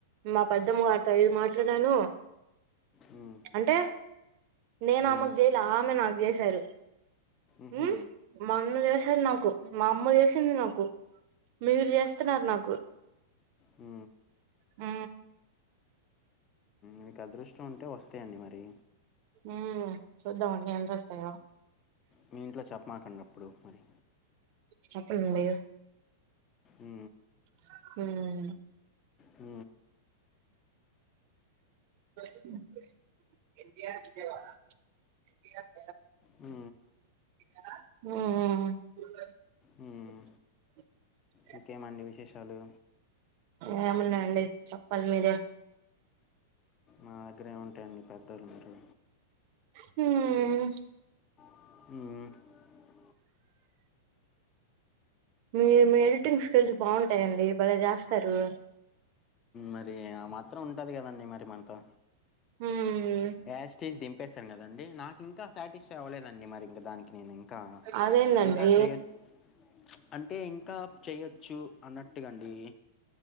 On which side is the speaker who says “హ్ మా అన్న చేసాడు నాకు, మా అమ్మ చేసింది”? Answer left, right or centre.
Right